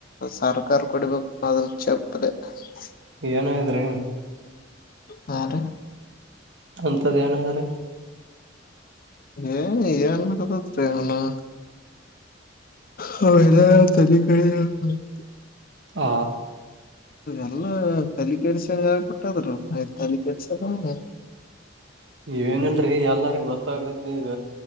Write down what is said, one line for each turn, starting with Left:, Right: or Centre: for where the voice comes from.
Left: ಸರ್ಕಾರ ಕೊಡಿಬೇಕ <unintelligible>
Right: ಏನ ಇದ್ರಿ
Left: ಹಾ ರ
Right: ಅಂತದ್ ಏನ ಹೇಳಿದ್ರ
Left: ಏ ಏನ್ ಅತ್ರಿ ಅವನು ಹ ಎಲ್ಲ ತಲ್ಲಿ <unintelligible>
Right: ಆ
Left: ಎಲ್ಲಾ ತಲೆ ಕೆಡಿಸಿದ ಭಟ್ ಅದು ತಲೆ ಕೆಡಿಸಿದಂಗ
Right: ಇವೇನಲ್ರರಿ ಎಲ್ಲರಿ ಗೊತ್ತಾಗತ್ ಈಗ